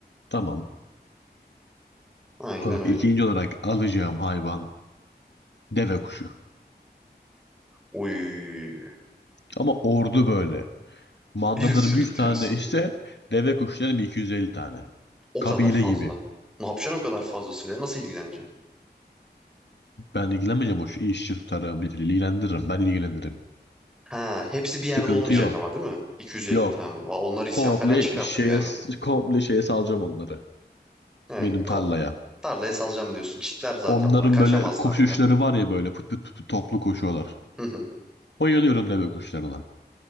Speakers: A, on the left (about 85°); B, in the centre.
A: Tamam.
B: Aynen
A: Olarak,
B: öyle.
A: ikinci olarak alacağım hayvan deve kuşu.
B: Uy,
A: Ama ordu böyle. Mandalarım
B: bir sürü
A: 100
B: diyorsun.
A: tane ise deve kuşlarım 250 tane.
B: O
A: Kabile
B: kadar fazla.
A: gibi.
B: Ne yapacaksın o kadar fazlasıyla? Nasıl ilgileneceksin?
A: Ben ilgilenmeyeceğim o şu işçi tutarım, bir ilgilendiririm. Ben ilgilendiririm.
B: Ha, hepsi bir yerde
A: Sıkıntı
B: olmayacak
A: yok.
B: ama değil mi? 250
A: Yok.
B: tane. Va, onlar isyan
A: Komple
B: falan çıkartır
A: şeye,
B: yani.
A: komple şeye salacağım onları.
B: Yani
A: Benim
B: kom-
A: tarlaya.
B: tarlaya salacağım diyorsun. Çitler zaten
A: Onların
B: var. Kaçamazlar
A: böyle koşuşları
B: da.
A: var ya böyle pıt pıt pıt pıt toplu koşuyorlar.
B: Hı hı.
A: Bayılıyorum deve kuşlarına.